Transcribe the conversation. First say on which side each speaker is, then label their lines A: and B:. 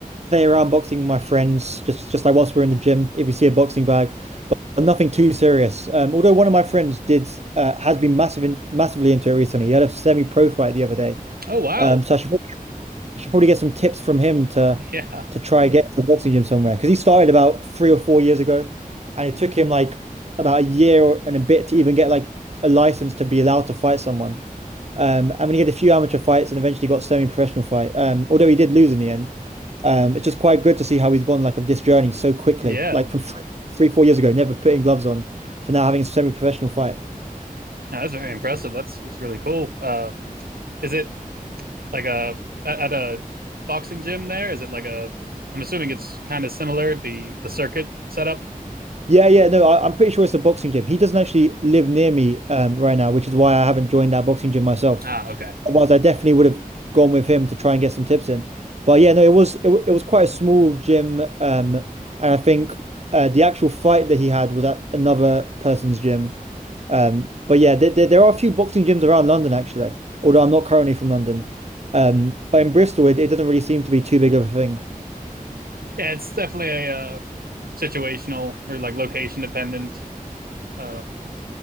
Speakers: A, on the right; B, on the right.
A: play around boxing with my friends, just just like whilst we're in the gym, if we see a boxing bag, but nothing too serious. Um, although one of my friends did uh, has been massive in, massively into it recently. He had a semi-pro fight the other day.
B: Oh wow.
A: Um, so I should probably, I should probably get some tips from him to
B: <laughs> Yeah.
A: to try and get to the boxing gym somewhere because he started about three or four years ago, and it took him like about a year and a bit to even get like a license to be allowed to fight someone. Um, I mean, he had a few amateur fights and eventually got semi-professional fight. Um, although he did lose in the end. Um, it's just quite good to see how he's gone like of this journey so quickly,
B: Yeah,
A: like from three, three, four years ago, never putting gloves on to now having a semi-professional fight.
B: No, that's very impressive. That's that's really cool. Uh, is it like a at at a boxing gym there? Is it like a? I'm assuming it's kind of similar the the circuit setup.
A: Yeah, yeah, no, I, I'm pretty sure it's a boxing gym. He doesn't actually live near me um, right now, which is why I haven't joined that boxing gym myself.
B: Ah, okay.
A: Otherwise, I definitely would have gone with him to try and get some tips in. But yeah, no, it was it, wa- it was quite a small gym, um, and I think uh, the actual fight that he had was at another person's gym. Um, but yeah, there, there, there are a few boxing gyms around London actually, although I'm not currently from London. Um, but in Bristol, it, it doesn't really seem to be too big of a thing.
B: Yeah, it's definitely a uh, situational or like location dependent. Uh,